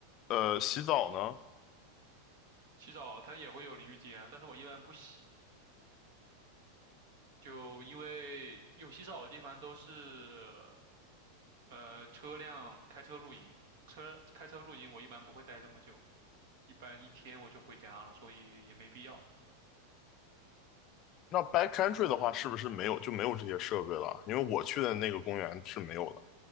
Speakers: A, on the left; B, on the right.
A: 呃，洗澡呢？
B: 洗澡它也会有淋浴间啊，但是我一般不洗，就因为有洗澡的地方都是呃车辆开车露营的，车开车露营我一般不会待这么久，一般一天我就回家了，所以也没必要。
A: 那 backcountry 的话，是不是没有就没有这些设备了？因为我去的那个公园是没有的。